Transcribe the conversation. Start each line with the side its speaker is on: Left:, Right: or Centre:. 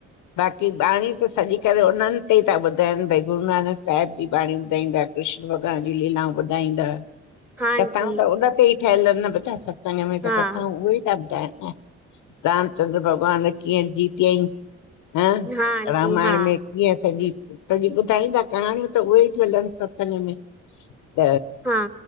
Left: बाक़ी ॿाणी त सॼी करे उन्हन ते ई ता ॿुधाइनि भई गुरू नानक साहिब जी बाणी ॿुधाईंदा। कृष्ण भॻवान जी लीलाऊं ॿुधाईंदा।
Centre: हाँ आंटी
Left: कथाऊं त उन ते ई ठहियल एंन ना बेटा सत्संग में
Centre: हाँ
Left: त कथाऊं उहो ई ता ॿुधाइनि। न रामचंद्र भॻवानु कीअं जीतियाई ह
Centre: हाँ आंटी
Left: रामायण
Centre: हाँ
Left: में। ईअं सॼी सॼी ॿुधाईंदा कहाणियूं त उहे ई थियाल येन सत्संग में। त
Centre: हाँ